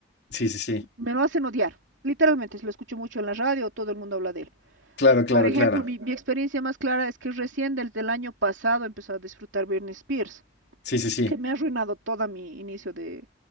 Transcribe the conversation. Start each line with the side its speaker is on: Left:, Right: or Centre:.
Left: Sí, sí, sí.
Right: me lo hacen odiar. Literalmente, si lo escucho mucho en la radio, todo el mundo habla de él.
Left: Claro, claro,
Right: Por ejemplo,
Left: claro.
Right: mi, mi experiencia más clara es que recién desde el año pasado empezó a disfrutar Britney Spears,
Left: Sí, sí, sí.
Right: que me ha arruinado todo mi inicio de,